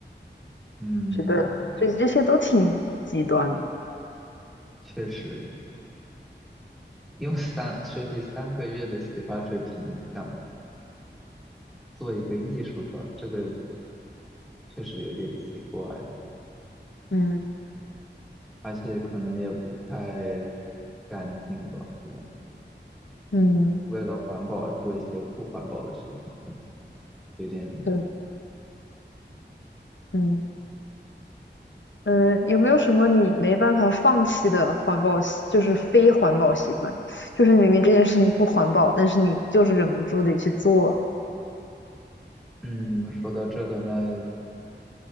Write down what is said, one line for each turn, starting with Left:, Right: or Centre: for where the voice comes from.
Centre: 嗯，
Left: 觉得这这些都挺极端的。
Centre: 确实，用三收集三个月的洗发水瓶想做一个艺术装，这个确实有点奇怪。
Left: 嗯
Centre: 而且可能也不太干净吧。这种
Left: 嗯，
Centre: 为了环保而做一些不环保的事情，可能有点……
Left: 对，嗯呃，有没有什么你没办法放弃的环保习，就是非环保习惯？就是明明这件事情不环保，但是你就是忍不住得去做。
Centre: 嗯，说到这个，那